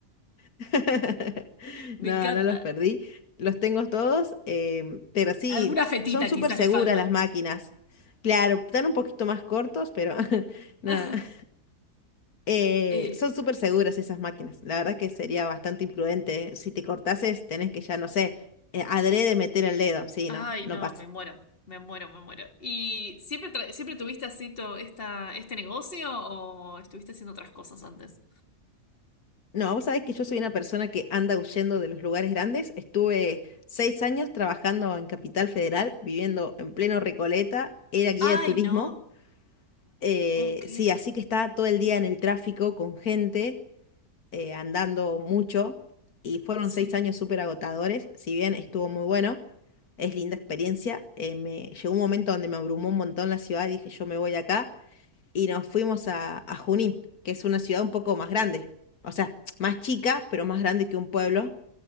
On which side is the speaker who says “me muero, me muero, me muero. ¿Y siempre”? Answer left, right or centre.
Left